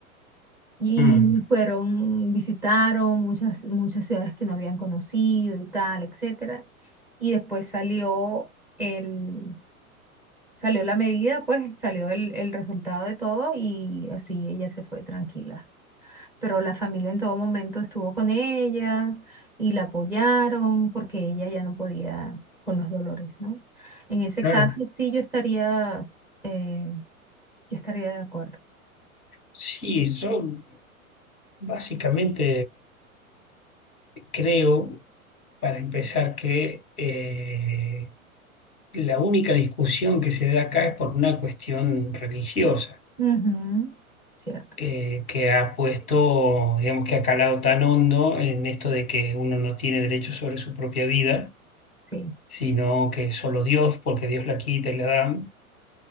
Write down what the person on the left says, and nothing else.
mm,
claro.
Sí, yo básicamente creo, para empezar, que... eh, La única discusión que se da acá es por una cuestión religiosa,
eh, que ha puesto, digamos que ha calado tan hondo en esto de que uno no tiene derecho sobre su propia vida,
sino que solo Dios, porque Dios la quita y la da.